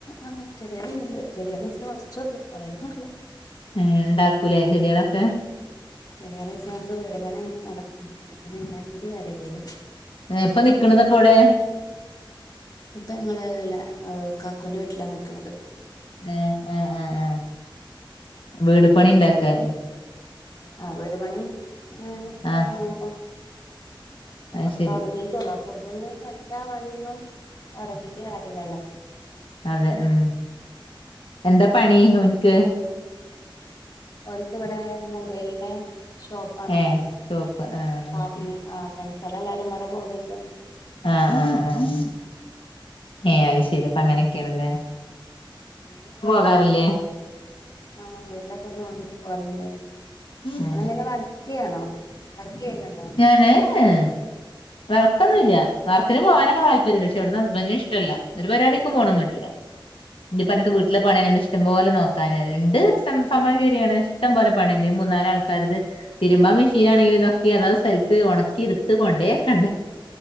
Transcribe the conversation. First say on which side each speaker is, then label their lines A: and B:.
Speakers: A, on the left; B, on the left.
A: ആഹ് ചെടിയാള് ഉണ്ട് ചെടിയള് കുറച്ചേള്ളൂ കൊറേന്നു ഇല്ല.
B: ഏ ഉണ്ടാക്കൂലേ ചെടികളൊക്കെ
A: ചെടിയള് എച്ചാ നമുക്ക് വീട്പണി നടക്കാം, അപ്പ പിന്നെ ഉണ്ടാക്കിട്ട് കാര്യം ഇല്ലല്ലോ.
B: എപ്പൊ നിക്കണ തിപ്പൊ എവിടെ.
A: ഇപ്പൊ ഞങ്ങള് എല്ല കാക്കൂന്റെ വീട്ടിലാ നൽക്കണത്.
B: ആഹ് ആഹ് ആഹ് ആഹ് വീട് പണി ഉണ്ടാക്കാ.
A: ആ ഒരു മണി മ്
B: ആ
A: തുടങ്ങുമ്പോ.
B: അത്
A: അപ്പൊ
B: ശരി
A: തുടങ്ങിട്ടുള്ളൂഅപ്പോത്തിന് സെറ്റ് ആവാതൊന്നും. തുടങ്ങിട്ട് കാര്യാ ഇല്ലല്ലോ.
B: അതെ ഉം എന്താ പണി ഓൻക്ക്
A: ഒൻക്ക് ഇവിടെന്ന മൊബൈലിന്റെ ഷോപ്പാണ്
B: ഏ ഷോപ്പ് ആ
A: പാർട്ടി
B: ശരി.
A: ആ ഫ്രണ്ട്സല്ല എല്ലാരും വടെ ഓടിട്ട
B: ആഹ് ആഹ് ആഹ് ആ ഏയ് അത് ശരി അപ്പ അങ്ങനെയൊക്കെയാണല്ലേ വേറല്ലേ
A: ആ വൊക്കക്കപ്പോല്ല
B: ഏ
A: അന എന്തും വർക്ക് ചെയ്യാണോ വർക്ക് ചെയ്യലുണ്ടോ
B: ഞാനേ ഏഹ് ആക്കന്നും ഇല്ല വർക്കിൻ പോവാനൊക്ക താല്പര്യ പക്ഷെ വിടന്ന് ഹസ്ബന്റിന് ഇഷ്ടമല്ല ഒരു പരിപാടിക്കും പോണം പറ്റില്ല ഇപ്പ അനിക്ക് വീട്ടിലെ പണി ഇഷ്ടം പോലെ നോക്കാന്ണ്ട് സംഭവം ശരിയാണ് ഇഷ്ടം പോലെ പണിണ്ട് മൂന്നാല് ആൾക്കാരുത്തിരുമ്പാൻ മെഷീനാണെങ്കിൽ ഇതൊക്കെ അതത് സ്ഥലത്ത് ഉണക്കി എടുത്ത് കൊണ്ടേ വെകണ്ടേ